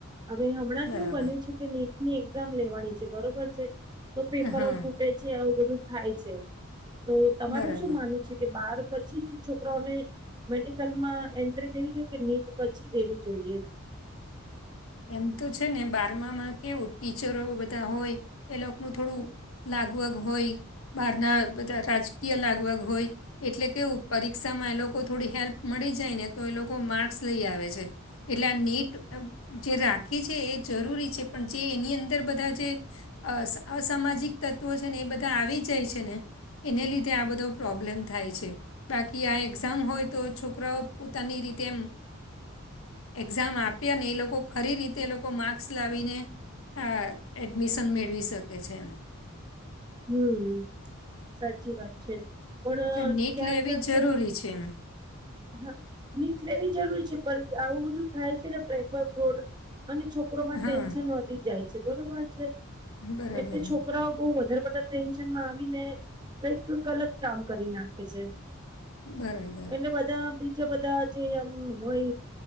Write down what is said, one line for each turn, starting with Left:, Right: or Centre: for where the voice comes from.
Right: હવે, હમણાં
Left: બરાબર
Right: કેવું બન્યું છે કે નેટની એક્ઝામ લેવાની છે, બરોબર છે તો પેપરો
Left: હા
Right: ફૂટે છે, આવું બધું થાય છે તો તમારું
Left: બરાબર
Right: શું માનવું છે કે બાર પછી જ છોકરાઓને મેડિકલમાં એન્ટ્રી દેવી જોઈએ, કે નીટ પછી દેવી જોઈએ?
Left: એમ તો છે ને બારમામાં કેવું ટીચરો બધા હોય એ લોકોનું થોડું લાગવગ હોય બહારના બધા રાજકીય લાગવગ હોય એટલે કેવું પરીક્ષામાં એ લોકો થોડી હેલ્પ મળી જાય ને તો એ લોકો માર્ક્સ લઈ આવે છે. એટલે આ નેટ જે રાખે છે, એ જરૂરી છે પણ જે એની અંદર બધા જે અ અસામાજિક તત્વો છે ને એ બધા આવી જાય છે ને એને લીધે આ બધો પ્રોબ્લેમ થાય છે. બાકી આ એક્ઝામ હોય તો છોકરાઓ પોતાની રીતે એમ એક્ઝામ આપી અને એ લોકો લોકો ખરી રીતે એ લોકો માર્ક્સ લાવીને આ એડમિશન મેળવી શકે છે એમ.
Right: હમ્મ, સાચી વાત. છે, પણ
Left: એટલે નીટ
Right: ક્યાં-ક્યાંક
Left: લેવી જરૂરી છે એમ
Right: હા, નીટ લેવી જરૂરી છે પણ આવું બધું થાય છે ને પ્રેફર ફોડ અને છોકરોમાં ટેન્શન
Left: હા
Right: વધી જાય છે, બરોબર છે.
Left: બરાબર
Right: એટલે છોકરાઓ બહુ વધારે ટેન્શનમાં આવીને કઈક ગલત કામ કરી નાખે છે.
Left: બરાબર
Right: એટલે બધા બીજા બધા જેમ હોય